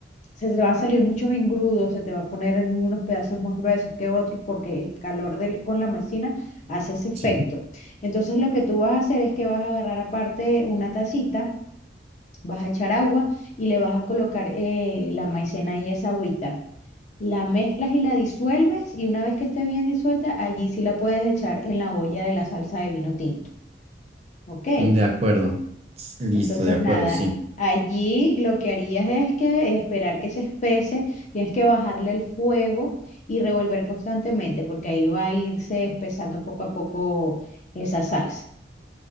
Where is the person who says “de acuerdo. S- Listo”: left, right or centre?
Right